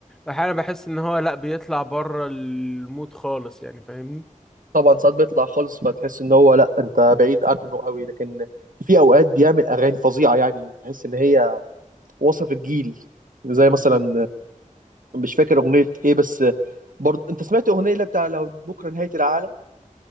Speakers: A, in the centre; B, on the right.
A: احيانا بحس ان هو لا بيطلع بره المود خالص يعني فاهمني
B: طبعا ساعات بيطلع خالص فتحس ان هو لا انت بعيد عنه قوي لكن في اوقات بيعمل اغاني فظيعة يعني تحس ان هي وصف الجيل زي
A: بالظبط
B: مثلا مش فاكر اغنية ايه بس برضه انت سمعت اغنية اللي بتاع لو بكرة نهاية العالم